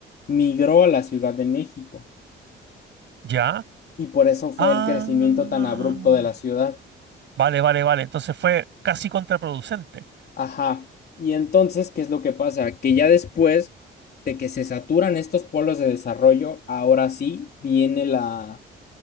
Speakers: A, on the left; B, on the right.
A: migró a la Ciudad de México
B: ¿Ya?
A: y por eso fue
B: Ah.
A: el crecimiento tan abrupto de la ciudad.
B: Vale, vale, vale. Entonces fue casi contraproducente.
A: Ajá. Y entonces, ¿qué es lo que pasa? Que ya después de que se saturan estos polos de desarrollo, ahora sí viene la,